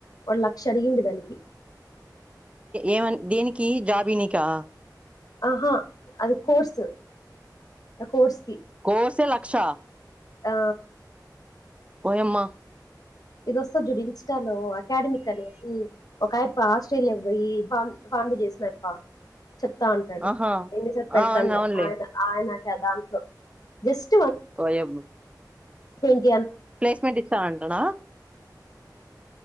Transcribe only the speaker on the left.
ఒళ్ళక్షడిగింది దానికి
అహా అది కోర్స్ కోర్స్ కి
ఆ
ఇదొ సర్ చలో అకేడమిక కలిసి ఒకయ ఆస్ట్రేలియాకు బోయి బా బాం చేసినప్ప చెప్తా ఉంటడు
ఎన్నిసా పెడతానులే
ఆయన ఆయన దాంట్లో జస్ట్
థంక్యూ